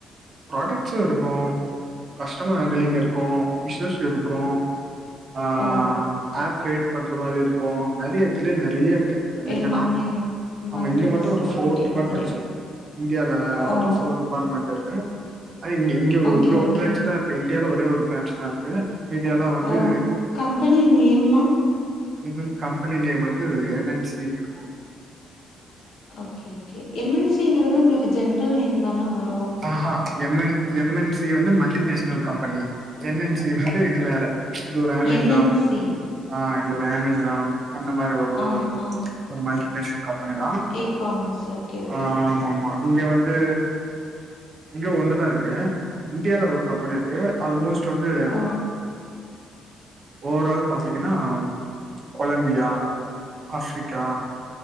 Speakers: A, on the right; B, on the left.
A: புராடெக்ட்கசு இருக்கு கஸ்டமர் ஹேண்டலிங் இருக்கு இஷ்யூஸ் இருக்கு ஆ
B: ஓ,
A: ஆப் கிரியேட் பண்ற மாரி இருக்கு நெறய இதுலயே நெறய இருக்கு இங்க
B: எல்லாமே
A: நாங் ஆமா
B: மல்டி
A: இங்க மட்டு
B: பர்சனாலிட்டி
A: ஒரு ஃபோர் டிபார்ட்மெண்ட்ஸ்
B: மாதிரி.
A: இருக்கு இந்தியால மட்டு
B: ஓ,
A: ஃபோர் டிபார்ட்மெண்ட் இருக்கு அதே இங்க இங்க
B: ஓகே,
A: இங்க ஒரு
B: ஓகே.
A: பிரான்ச்சு தா இருக்கு இந்டியால ஒரே ஒரு பிரான்ச்சு தா இருக்கு மீதியெல்லா வந்து
B: ஓ, கம்பெனி நேமா?
A: ம்ஹூம் கம்பெனி நேம் வந்து என் என் சி ன்னு இருக்கு
B: okay okay M N C ங்கிறது உங்களுக்கு ஜென்ரல் நேம் தான வரு
A: ஆஹா M N M N C வந்து multinational company N N C வந்து இது வேற இது ஒரு அமேசான்
B: என் என் சி
A: ஆ இது ஒரு ஆமேசான் அந்த மாரி ஒரு
B: ஆ
A: ஒரு
B: ஆ
A: ஒரு மல்டிநேஷனல் கம்பெனி தா
B: இ காமர்ஸ் ஓகே ஓகே
A: ஆ ஆமாமா இங்க வந்து இங்க ஒண்ணுதா இருக்கு இந்தியால ஒரு கம்பெனி இருக்கு ஆல்மோஸ்ட் வந்து
B: ஓ
A: ஓவரால் பாத்தீங்கன்னா கொலம்பியா ஆப்ரிக்கா